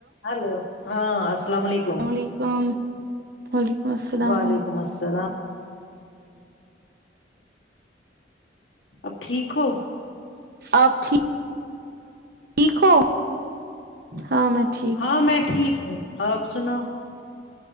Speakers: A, on the left; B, on the right.
A: ہلو ہاں السلام علیکم
B: علیکم وعلیکم السلام
A: وعلیکم السلام اب ٹھیک ہو
B: آپ ٹھیک ٹھیک ہو ہاں میں ٹھیک
A: ہاں
B: ہوں
A: میں ٹھیک ہوں آپ سناؤ